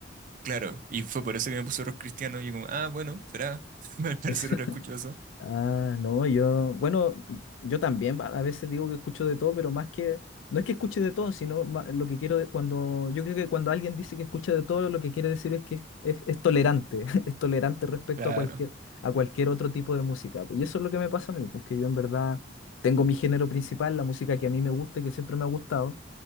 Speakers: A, on the right; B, on the left.
A: claro, y fue por eso que me puso rock cristiano y yo como, ah, bueno, será, <laughs> al parecer
B: <laughs>
A: ahora escucho eso.
B: Ah, no, yo, bueno, yo también a a veces digo que escucho de todo, pero más que, no es que escuche de todo, sino ma- lo que quiero, de- cuando, yo creo que cuando alguien dice que escucha de todo, lo que quiere decir es que es, es- es tolerante, <laughs> es tolerante respecto
A: Claro,
B: a cualquier, a cualquier otro tipo de música. Pues, y eso es lo que me pasa a mí, porque yo en verdad tengo mi género principal, la música que a mí me gusta y que siempre me ha gustado